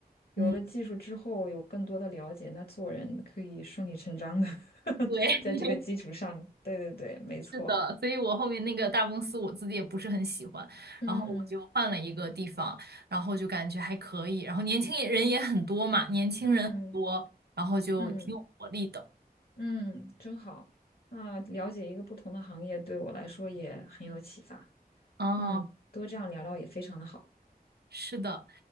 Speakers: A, on the left (about 70°); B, on the right (about 80°).
A: 有了技术之后，
B: 嗯，
A: 有更多的了解，那做人可以顺理成章的 <laughs>
B: 对。
A: 在这个基础上。对对对，没错。
B: 是的，所以我后面那个大公司我自己也不是很喜欢，
A: 嗯嗯
B: 然后我就换了一个地方，然后就感觉还可以，然后年轻人也很多嘛，年轻人很多，
A: 嗯
B: 然后就挺有活力的。
A: 嗯嗯嗯，真好。那了解一个不同的行业对我来说也很有启发。
B: 哦，
A: 嗯，多这样聊聊也非常的好。
B: 是的，